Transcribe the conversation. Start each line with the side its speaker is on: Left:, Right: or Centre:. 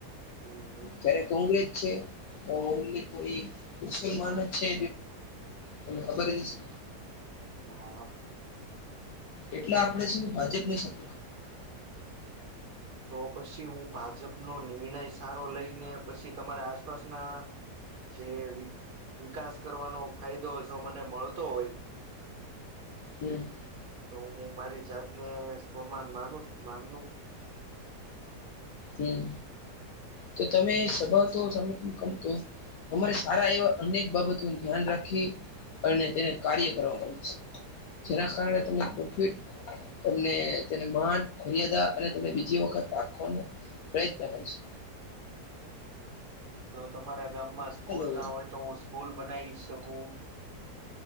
Right: હમ
Left: જયારે કોંગ્રેજ છે તો ઓલી પરી મુસલમાન જ છે તને ખબર જ છે
Right: હા
Left: એટલે આપડે સુધી ભાજપ ને શપોત
Right: તો પછી હું ભાજપનો નિર્ણય સારો લઈને પછી તમારા આસપાસના જે વિકાસ કરવાનો ફાયદો જો મને મળતો હોય
Left: હમ
Right: તો હું મારી જાતને સ્વમાન માનું માનનું
Left: હમ તો તમે સ્ભાવ તો તમે ત કમતો તમારે સારા એવા અનેક બાબતોનું ધ્યાન રાખી અને તેને કાર્ય કરવાવામાં આવે છે જેના કારણે તને પ્રોફિટ તમને તેને માન મર્યાદા અને તને બીજી વખત રાખવાનું પ્રયત્ન કરીશ
Right: જો તમારા ગામમાં સ્કૂલ
Left: હલો
Right: ના હોય તો હું સ્કૂલ બનાવી શકું